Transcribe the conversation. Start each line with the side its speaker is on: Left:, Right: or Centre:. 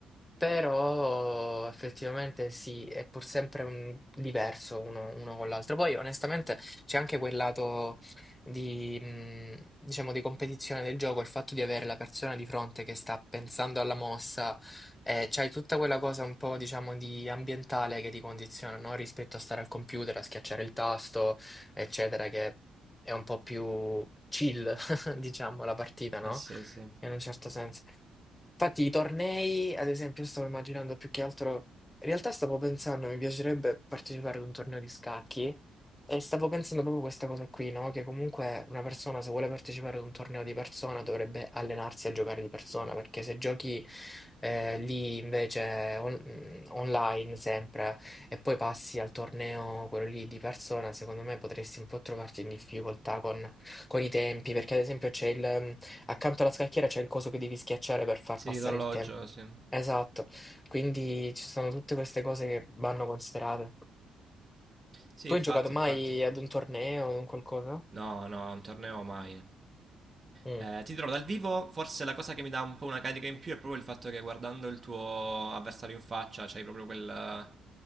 Left: Però effettivamente sì, è pur sempre un- diverso uno, uno con l'altro. Poi onestamente c'è anche quel lato di, mh, diciamo, di competizione del gioco, il fatto di avere la persona di fronte che sta pensando alla mossa, eh, c'hai tutta quella cosa un po', diciamo, di ambientale che ti condiziona, no? Rispetto a stare al computer, a schiacciare il tasto eccetera, che è un po' più chill, <laughs> diciamo, la partita, no?
Right: Eh sì, sì.
Left: In un certo senso. Infatti, i tornei, ad esempio, io stavo immaginando più che altro. In realtà stavo pensando, mi piacerebbe partecipare ad un torneo di scacchi e stavo pensando proprio questa cosa qui, no? Che comunque una persona, se vuole partecipare ad un torneo di persona, dovrebbe allenarsi a giocare di persona, perché se giochi eh, lì invece on- mm, online sempre e poi passi al torneo, quello lì di persona, secondo me potresti un po' trovarti in difficoltà con, con i tempi, perché ad esempio c'è il, ehm, accanto alla scacchiera c'è il coso che devi schiacciare per far
Right: Sì,
Left: passare
Right: l'orologio,
Left: il tempo.
Right: sì.
Left: Esatto, quindi ci sono tutte queste cose che vanno considerate.
Right: Sì,
Left: Tu
Right: infatti,
Left: hai giocato mai
Right: infatti.
Left: ad un torneo o un qualcosa?
Right: No, no, un torneo mai.
Left: Mm.
Right: Eh, ti dirò, dal vivo forse la cosa che mi dà un po' una carica in più è proprio il fatto che guardando il tuo avversario in faccia c'hai proprio quel-